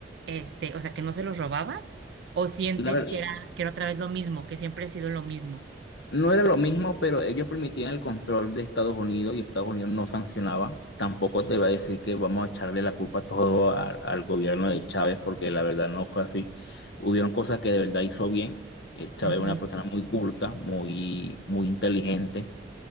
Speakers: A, on the right (about 70°); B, on the left (about 65°).
A: este, o sea, que no se los robaban, o sientes
B: la, ver-
A: que era, que era otra vez lo mismo, que siempre ha sido lo mismo.
B: No era lo mismo, pero ellos permitían el control de Estados Unidos y Estados Unidos no sancionaba. Tampoco te iba a decir que vamos a echarle la culpa todo al, al gobierno de Chávez, porque la verdad no fue así. Hubieron cosas que de verdad hizo bien. Eh, Chávez
A: Ujú,
B: era una persona muy culta, muy, muy inteligente,